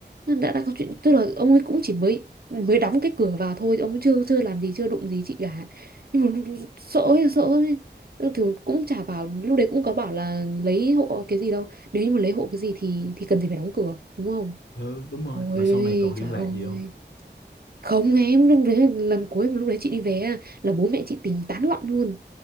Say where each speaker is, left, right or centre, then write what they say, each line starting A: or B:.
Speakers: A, on the right (about 55°); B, on the left (about 85°).
A: Nó đã đã có chuyện tức là ông ấy cũng chỉ mới mới đóng cái cửa vào thôi ông ấy chưa chưa làm gì chưa đụng gì chị cả nhưng mà sợ ấy, sợ ấy. thì cũng chả bảo lúc đấy cũng có bảo là lấy hộ cái gì đâu nếu như mà lấy hộ cái gì thì thì cần gì phải đóng cửa đúng không
B: ừ đúng rồi
A: ôi
B: mà sau này còn liên
A: trời
B: lạc
A: ơi
B: gì không
A: không em lúc đấy lần cuối mà lúc đấy chị đi về á, là bố mẹ chị tính tán loạn luôn